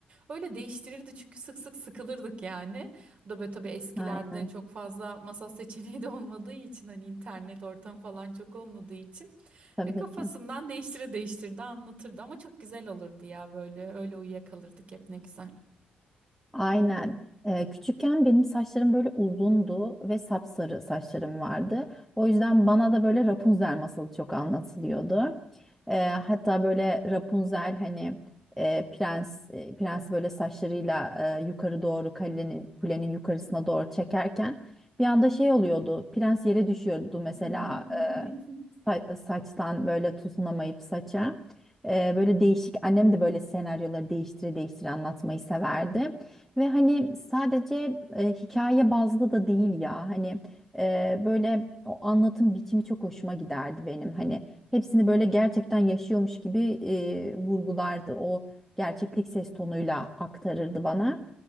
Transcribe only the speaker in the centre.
Aynen.
Tabii
ki.
Aynen. Ee, küçükken benim saçlarım böyle uzundu ve sapsarı saçlarım vardı. O yüzden bana da böyle Rapunzel masalı çok anlatılıyordu. Ee, hatta böyle Rapunzel hani e, prens e, prensi böyle saçlarıyla e, yukarı doğru kalenin kulenin yukarısına doğru çekerken bir anda şey oluyordu. Prens yere düşüyordu
mesela sa- saçtan böyle tutunamayıp saça. Ee, böyle değişik annem de böyle senaryoları değiştire değiştire anlatmayı severdi. Ve hani sadece e, hikaye bazlı da değil ya hani e, böyle o anlatım biçimi çok hoşuma giderdi benim. Hani hepsini böyle gerçekten yaşıyormuş gibi e, vurgulardı o gerçeklik ses tonuyla aktarırdı bana.